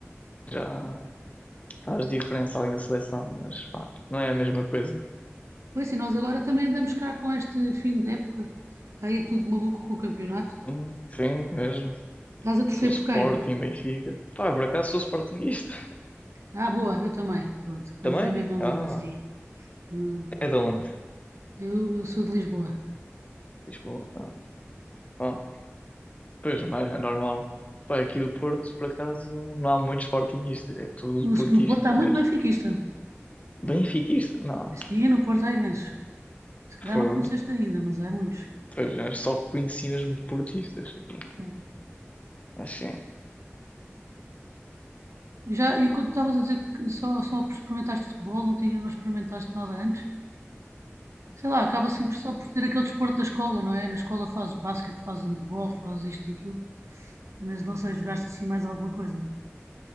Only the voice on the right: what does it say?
Pois sim, nós agora também andamos cá com este fim de época. Está aí tudo maluco com o campeonato.
Estás a torcer
por quem?
Ah, boa, eu também. Pronto, estamos
na mesma onda
assim. Hum,
Eu, eu sou de Lisboa.
No,
no Porto há muito
benfiquista.
Sim, no Porto há imensos. Se calhar
não conheceste ainda, mas há muitos.
Uhum.
E, já, e quando estavas a dizer que só, só experimentaste futebol, não tinha, não experimentaste nada antes? Sei lá, acaba sempre só por ser aquele desporto da escola, não é? Na escola fazes basquete, fazes handball, fazes isto e aquilo, mas não sei, jogaste assim mais alguma coisa.